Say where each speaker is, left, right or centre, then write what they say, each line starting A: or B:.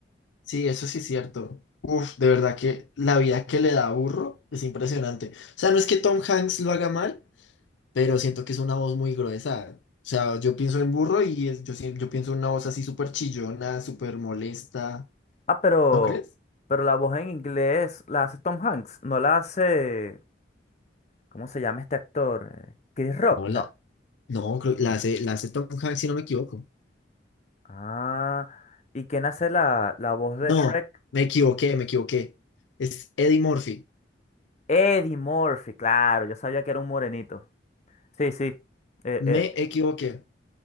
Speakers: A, on the left; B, on the left.
A: Sí, eso sí es cierto. Uf, de verdad que la vida que le da a Burro es impresionante. O sea, no es que Tom Hanks lo haga mal, pero siento que es una voz muy gruesa. O sea, yo pienso en Burro y es- yo, sien- yo pienso en una voz así súper chillona, súper molesta.
B: Ah, pero,
A: ¿No crees?
B: pero la voz en inglés la hace Tom Hanks, no la hace, ¿cómo se llama este actor? Eh, Chris Rock,
A: No,
B: no.
A: la, no, creo- la hace, la hace Tom Hanks si no me equivoco.
B: Ah, ¿y quién hace la, la voz de
A: No,
B: Shrek?
A: me equivoqué, me equivoqué. Es Eddie Murphy.
B: Eddie Murphy, claro, yo sabía que era un morenito. Sí, sí, eh,
A: Me
B: eh,
A: equivoqué.